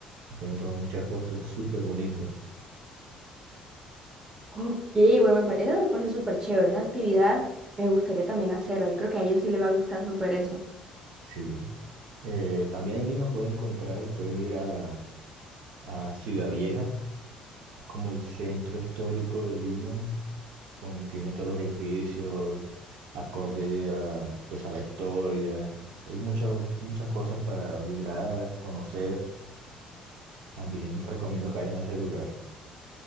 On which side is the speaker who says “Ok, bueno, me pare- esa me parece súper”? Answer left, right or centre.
Right